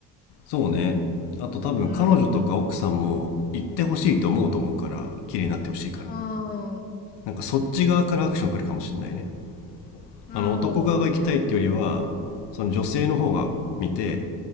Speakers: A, on the left; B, on the left.
A: そうねあと多分彼女とか奥さんも行ってほしいと思うと思うから綺麗になってほしいから
B: うん。ああ、
A: なんかそっち側からアクション来るかもしんないね
B: なるほど。
A: あの男側が行きたいっていうよりはその女性の方が見て